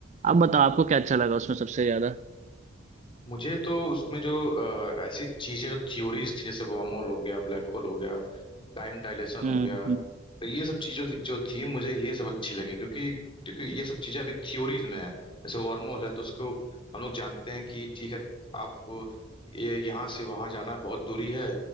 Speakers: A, on the right; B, on the left.
A: आप बताओ आपको क्या अच्छा लगा उसमें सबसे ज्यादा
B: मुझे तो उसमें जो अ, ऐसी चीजें जो थ्योरीज थी जैसे वर्म होल हो गया ब्लैक होल हो गया टाइम डायलेशन
A: हम्म
B: हो गया
A: हम्म
B: तो ये सब चीजों जो थी मुझे ये सब अच्छी लगी क्योंकि क्योंकि ये सब चीजें अभी थ्योरीज में है जैसे वर्महोल है तो उसको हम लोग जानते हैं कि ठीक है आप ये यहाँ से वहां जाना बहुत दूरी है